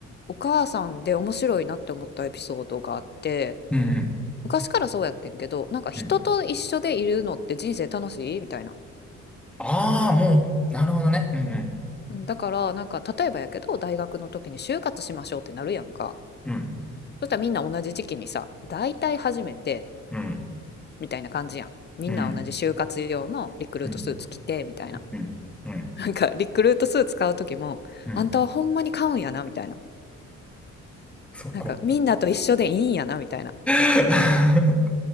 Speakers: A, on the left; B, in the centre.
A: お母さんで面白いなって思ったエピソードがあって、
B: うん。うん。
A: 昔からそうやってんけど、なんか人と一緒でいるのって人生楽しいみたいな。
B: うん。ああ、もう、なるほどね。うん。
A: うんだから、なんか例えばやけど、大学の時に就活しましょうってなるやんか。
B: うん。
A: そしたらみんな同じ時期にさ、大体初めて
B: うん。
A: みたいな感じやん。みんな同じ就活用のリクルートスーツ着てみたいな。
B: うん。うん。うん。うん。
A: なんかリクルートスーツ買う時も、
B: うん。
A: あんたはほんまに買うんやなみたいな。
B: そこ。
A: なんかみんなと一緒でいいんやなみたいな。
B: <laughs>